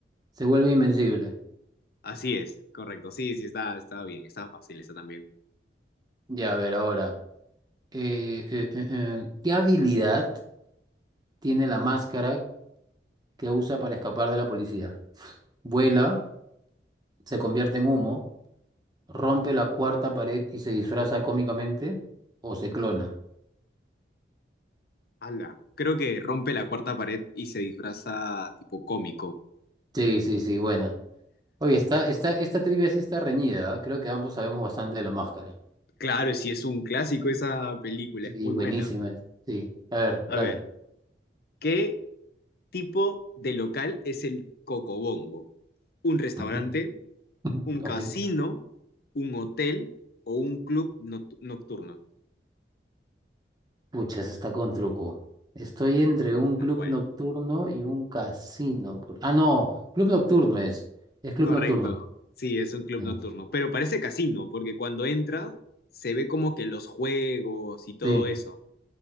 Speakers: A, on the right; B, on the left.
A: Se vuelve invencible.
B: Así es, correcto. Sí, sí, está, está bien, está fácil, esa también.
A: Ya, a ver, ahora. Eh, eh, eh, eh, ¿Qué habilidad tiene la máscara que usa para escapar de la policía? ¿Vuela? ¿Se convierte en humo? ¿Rompe la cuarta pared y se disfraza cómicamente? ¿O se clona?
B: Ala, creo que rompe la cuarta pared y se disfraza tipo cómico.
A: Sí, sí, sí, buena. Oye, está, está, esta trivia sí está reñida, ¿ah? Creo que ambos sabemos bastante de la máscara.
B: Claro, sí, es un clásico esa película,
A: Sí,
B: es muy
A: buenísima.
B: buena.
A: Sí, a ver,
B: A
A: dale.
B: ver, ¿qué tipo de local es el Cocobongo? ¿Un restaurante?
A: <laughs>
B: un
A: Ok.
B: casino, un hotel o un club noct- nocturno.
A: Pucha, eso está con truco. Estoy entre un
B: Tal
A: club
B: cual.
A: nocturno y un casino. por- Ah, no, club nocturno es. Es club
B: Correcto.
A: nocturno.
B: Sí, es un club
A: Sí,
B: nocturno. Pero parece casino, porque cuando entra se ve como que los juegos y todo
A: sí,
B: eso.